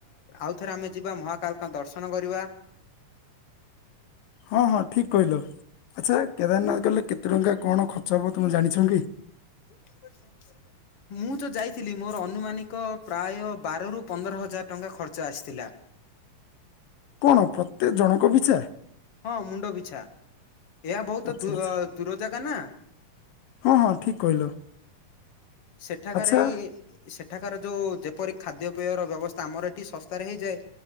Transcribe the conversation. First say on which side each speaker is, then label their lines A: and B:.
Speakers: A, on the left; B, on the left.
A: ଆଉଥରେ ଆମେ ଯିବା ମହାକାଳଙ୍କ ଦର୍ଶନ କରିବା
B: ହଁ ହଁ ଠିକ୍ କହିଲ ଆଛା କେଦାରନାଥ ଗଲେ କେତେ ଟଙ୍କା କଣ ଖର୍ଚ୍ଚ ହେବ ତୁମେ ଜାଣିଛ କି?
A: <unintelligible>
B: ହ <unintelligible>
A: ମୁଁ ତ ଯାଇଥିଲି ମୋର ଅନୁମାନିକ ପ୍ରାୟ ବାରରୁ ପନ୍ଦର ହଜାର ଟଙ୍କା ଖର୍ଚ୍ଚ ଆସିଥିଲା।
B: କଣ ପ୍ରତି ଜଣଙ୍କ ପିଛା?
A: ହଁ ମୁଣ୍ଡ ବିିଛା ଏହା ବହୁତ
B: ଆଚ୍ଛା
A: ଦୂ
B: ଆଚ୍ଛା
A: ଦୂର ଜାଗା ନା।
B: ହଁ ହଁ ଠିକ୍ କହିଲ।
A: ସେଠାକାରେ
B: ଆଚ୍ଛା
A: ସେଠାକାର ଯୋଉ ଯେପରି ଖାଦ୍ୟ ପେୟର ବ୍ୟବସ୍ଥା, ଆମର ଏଠି ଶସ୍ତାରେ ହେଇଯାଏ।